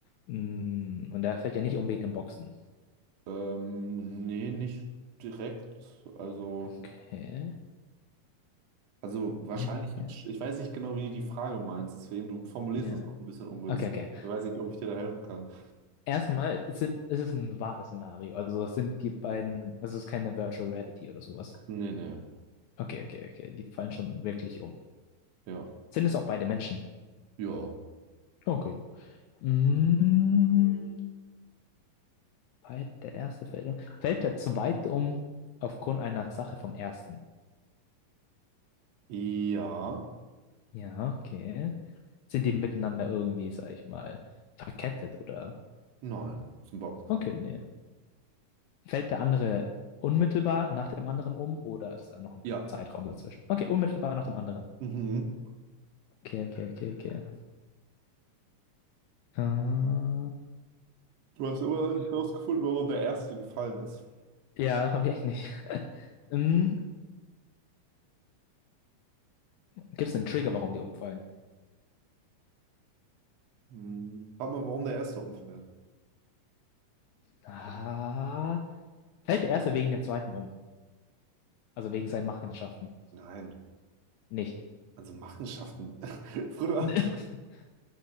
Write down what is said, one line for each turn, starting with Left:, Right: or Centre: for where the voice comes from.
Left: Mm, Und der fällt ja nicht um wegen dem Boxen.
Right: Ähm, nee, nicht direkt. Also,
Left: Okay.
Right: also wahrscheinlich,
Left: Ah, Okay.
Right: ich weiß nicht genau, wie du die Frage meinst, deswegen du formulierst
Left: Ja.
Right: das auch ein bisschen ungünstig.
Left: Okay, okay.
Right: Ich weiß nicht, ob ich dir da helfen kann.
Left: Erstmal es sind, es ist ein wahres Szenario. Also es sind die beiden, also es ist keine Virtual Reality oder sowas.
Right: Nee, nee.
Left: Okay, okay, okay. Die fallen schon wirklich um.
Right: Ja.
Left: Sind es auch beide Menschen?
Right: Ja.
Left: Okay. Mm, bei der erste fällt um. Fällt der zweite um aufgrund einer Sache vom ersten?
Right: Ja.
Left: Ja, okay. Sind die miteinander irgendwie, sag ich mal, verkettet oder?
Right: Nein. Ist ein Boxkampf.
Left: Okay, nee. Fällt der andere unmittelbar nach dem anderen um oder ist da noch ein
Right: Ja.
Left: Zeitraum dazwischen? Okay, unmittelbar nach dem anderen.
Right: Mhm.
Left: Okay, okay, okay, okay. Äh,
Right: Du hast immer noch nicht rausgefunden, warum der Erste gefallen ist.
Left: ja, habe ich echt nicht. <laughs> Ähm, Gibt es einen Trigger, warum die umfallen?
Right: Hm. Frag mal, warum der Erste umfällt.
Left: Ah, fällt der erste wegen dem zweiten um. Also wegen seinen Machenschaften.
Right: Nein.
Left: Nicht.
Right: Also Machenschaften. <laughs> Bruder,
Left: <laughs> Hä,